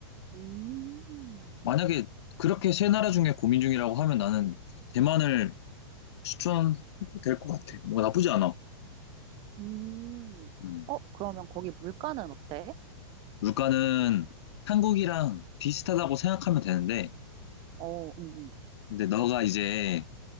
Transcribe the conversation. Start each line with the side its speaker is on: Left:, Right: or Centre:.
Right: 음,
Left: 만약에 그렇게 세 나라 중에 고민 중이라고 하면 나는 대만을 추천해도 될 것 같아. 뭐 나쁘지 않아.
Right: 음.
Left: 음.
Right: 어, 그러면 거기 물가는 어때?
Left: 물가는 한국이랑 비슷하다고 생각하면 되는데,
Right: 어, 응, 응,
Left: 근데 너가 이제,